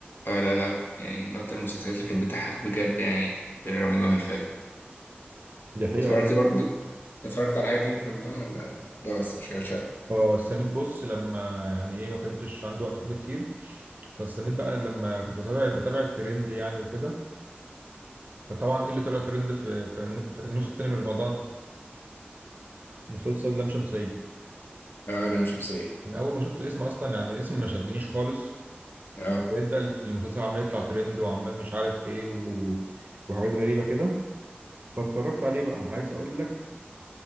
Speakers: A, on the left (about 60°); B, on the right (about 45°).
A: اه لا لا يعني من اكتر المسلسلات اللي كانت بتضحك بجد يعني في رمضان اللي فات
B: دي حقيقة
A: اتفرجت
B: اه
A: برضو اتفرجت على حاجه تاني في رمضان ولا ده بس اشغال شقه
B: اه استنيت بص لما يعني ايه ما كنتش عندي وقت فاضي كتير فاستنيت بقى لما كنت بتابع بتابع الترند يعني وكده فطبعا ايه اللي طلع ترند في في النو- في النص التاني من رمضان مسلسل لام شمسية
A: اه لا مش شمسيه
B: انا اول ما شفت الاسم اصلا يعني الاسم ما شدنيش خالص
A: اه
B: لقيت بقى الف- المسلسل عمال يطلع ترند وعمال مش عارف ايه و... وحاجات غريبة كده فاتفرجت عليه بقى عايز اقول لك